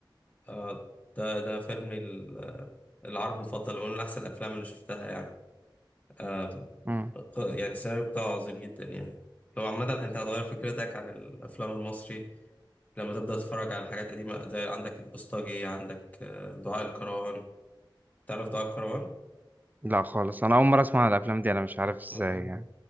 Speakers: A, on the left; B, on the right.
A: آه، ده ده فيلم ال- آه، العربي المفضل من احسن الافلام اللي شفتها يعني آه
B: مم.
A: ق- يعني السيناريو بتاعه عظيم جدا يعني لو عامة أنت هتغير فكرتك عن الأفلام المصري لما تبدأ تتفرج على حاجات قديمة زي عندك البوسطجي عندك آه، دعاء الكروان تعرف دعاء الكروان؟
B: لا خالص انا اول مره اسمع عن الافلام دي انا مش عارف ازاي
A: ولا؟
B: يعني